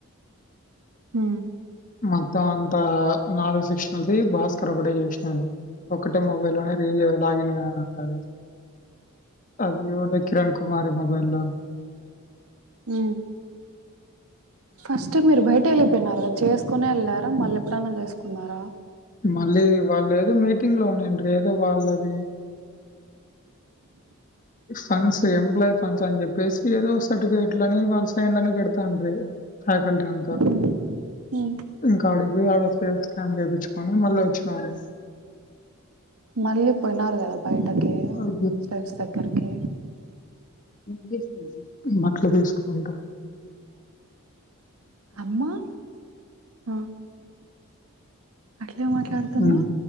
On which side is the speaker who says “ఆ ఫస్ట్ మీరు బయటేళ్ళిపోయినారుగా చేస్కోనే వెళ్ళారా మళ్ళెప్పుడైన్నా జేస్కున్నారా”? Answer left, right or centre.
Right